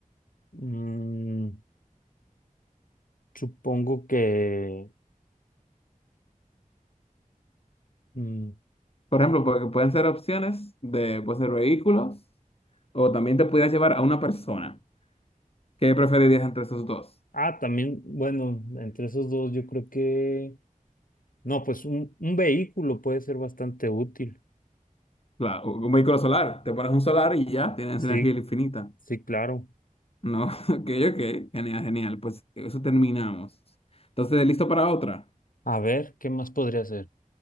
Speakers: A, on the left (about 75°); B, on the left (about 45°).
A: Mm, supongo que... mm,
B: Por ejemplo, porque pueden ser opciones de, pues, de vehículos o también te pudieras llevar a una persona. ¿Qué preferirías entre esos dos?
A: ah, también, bueno, entre esos dos yo creo que... No, pues un, un vehículo puede ser bastante útil.
B: La- un vehículo solar. Te pones un solar y ya tienes
A: Sí,
B: energía infinita.
A: sí, claro.
B: No, <laughs> ok, ok. Genial, genial. Pues eso terminamos. Entonces, ¿listo para otra?
A: A ver, ¿qué más podría ser?